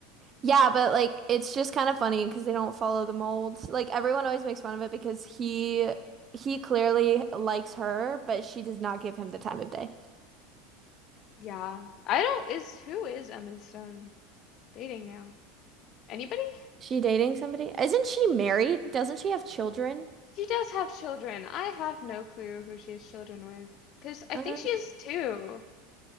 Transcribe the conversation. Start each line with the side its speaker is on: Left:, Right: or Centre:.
Right: Yeah, but like it's just kind of funny because they don't follow the mold. Like everyone always makes fun of it because he he clearly likes her, but she does not give him the time of day.
Left: Yeah. I don't is who is Emma Stone dating now? Anybody?
Right: She dating somebody? Isn't she married? Doesn't she have children?
Left: She does have children. I have no clue who she has children with. 'Cause I
Right: Um,
Left: think she has two,